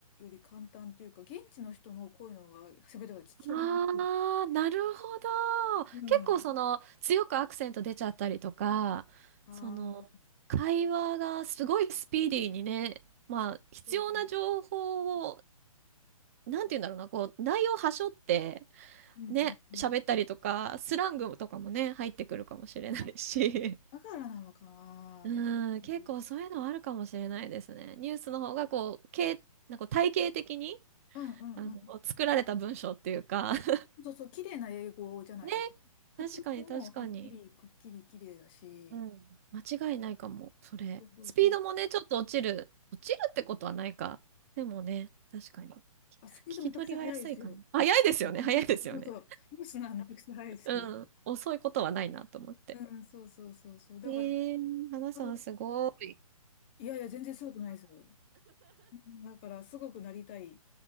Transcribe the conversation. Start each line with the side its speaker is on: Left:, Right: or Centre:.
Left: り簡単というか、現地の人の声の方が、喋りが聞き取りにくいんですよ
Right: ああー、なるほど。
Left: うん。
Right: 結構その強くアクセント出ちゃったりとか、
Left: ああ、
Right: その会話がすごいスピーディーにね、まあ必要な情報を、
Left: そうそうそう。
Right: なんて言うんだろうな、こう内容はしょって
Left: うんうんうん。
Right: ね、喋ったりとか、スラングとかもね、入ってくるかもしれないし。
Left: あ、だからなのかな。
Right: うん、結構そういうのはあるかもしれないですね。
Left: うん
Right: ニュースの方がこう、け、なんか体系的に、
Left: うんうん。
Right: あの、作られた文章っていうか <laughs>
Left: そうそう、綺麗な英語じゃないですか。
Right: ね、
Left: 発音もはっきり、
Right: 確かに確かに。
Left: くっきり綺麗だし、
Right: うん。間違いないかも、それ。
Left: そうそうそう。
Right: スピードもね、ちょっと落ちる。落ちるってことはないか。でもね、確かに。聞
Left: あ、スピードめちゃくちゃ速いですよ。
Right: き取りは安いかな。早いですよね、
Left: うん
Right: 早いですよね。
Left: そうそう。ニュースならめちゃくちゃ速いですけど。
Right: うん、遅いことはないなと思って。
Left: うん、そうそうそうそう。だから、
Right: えー、花さんすごい。
Left: あと、いやいや、全然すごくないですよ。うんだから、すごくなりたいっ